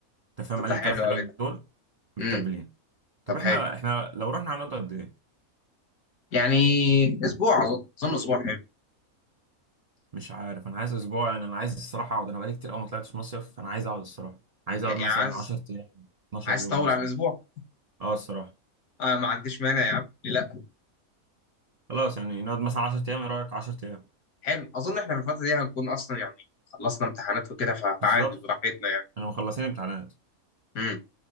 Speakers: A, on the right (about 65°); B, on the left (about 80°).
A: انت فاهم
B: طب
A: قال
B: ده
A: لي
B: حلو
A: الثلاث حاجات
B: قوي ده
A: دول متبلين
B: امم
A: طب
B: طب
A: احنا
B: حلو
A: احنا لو رحنا هنقعد قد ايه
B: يعني اسبوع اظن اظن اسبوع حلو
A: مش عارف انا عايز اسبوع يعني انا عايز الصراحه اقعد انا بقالي كتير قوي ما طلعتش مصيف فانا عايز اقعد الصراحه عايز
B: يعني
A: اقعد مثلا
B: عايز
A: 10 ايام 12
B: عايز
A: يوم
B: تطول
A: مثلا
B: عن اسبوع
A: اه الصراحه
B: آه ما عنديش مانع يا عم ليه لا
A: خلاص يعني نقعد مثلا 10 ايام ايه رايك 10 ايام
B: حلو اظن احنا في الفتره دي هنكون اصلا يعني خلصنا امتحانات وكده فعادي
A: بالظبط
B: براحتنا يعني
A: انا مخلصين امتحانات
B: امم